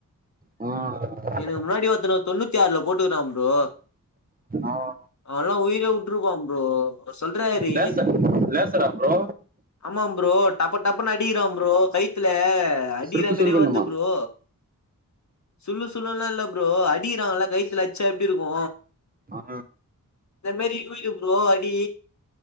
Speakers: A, on the right; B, on the left.
A: ஆ
B: எனக்கு முன்னாடி ஒருத்தனுக் தொண்ணூத்தி ஆறுல போட்டுக்கிறா ப்ரோ
A: ஆ ஆ
B: அவன்ல்லா உயிர உட்டுருப்பா ப்ரோ அவரு சொல்றாரு
A: லேசர் லேசரா ப்ரோ
B: ஆமா ப்ரோ டப்ப டப்பன்னு அடிக்கிறா ப்ரோ கைத்துல அடிகிற
A: சுருக்கு
B: மாரியே
A: சுருக்குன்னுமா
B: வருது ப்ரோ சுல்லு சுல்லுல்லா இல்ல ப்ரோ அடிறாங்கல்லா கைத்துல அடிச்சா எப்டி இருக்கு
A: ஆ
B: இந்த மாரி <unintelligible> ப்ரோ அடி